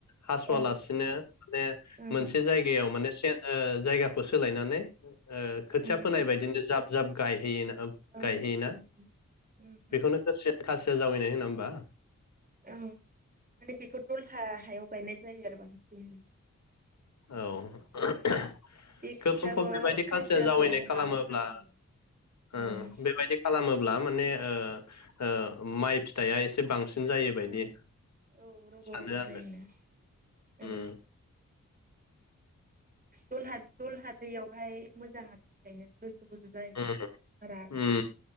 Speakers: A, on the left; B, on the right.
A: हास'वालासिनो
B: औ
A: बे
B: उम
A: मोनसे जायगायाव माने से ओ जायगाखौ सोलायनानै ओ खोथिया
B: उम
A: फोनाय बायदिनो जाब जाब गायहैयो
B: औ
A: गायहैयोना
B: उम उम उम
A: बेखौनो खोथिया खासिया जावैनाय होना होमबा?
B: औ माने बेखौ दलहा हायाव गायनाय जायो आरो बांसिन
A: औ <unintelligible>
B: बे
A: खोब
B: खोथियाखौ
A: समफब बेबायदि खासिया
B: खासियाखौ
A: जावैनाय खालामोब्ला
B: राहोथारनांगौ औ
A: उम बेबायदि खालामोब्ला माने ओ ओ माइ फिथाइया एसे बांसि सिन जायोबायदि
B: औ औ रग'
A: सानो
B: रग'
A: आंङो
B: जायोना ओं
A: उम
B: दलहा दलहा दैैयावहाय मोजां आरो बे गायनो। गोजौ गोजौ जायोना
A: उम
B: बारा
A: उम